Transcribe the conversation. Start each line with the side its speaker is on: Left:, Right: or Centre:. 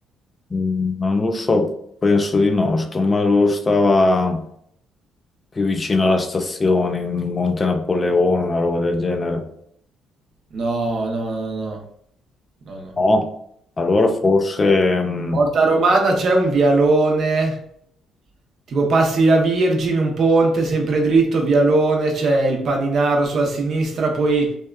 Left: Mm, Non lo so, penso di no. Secondo me loro stava più vicino alla stazione, in Monte Napoleone, una roba del genere.
Right: No, no, no, no, no, no.
Left: No, allora forse... mm,
Right: Porta Romana c'è un vialone, tipo passi la Virgine, un ponte sempre dritto, vialone, c'è il Paninaro sulla sinistra, poi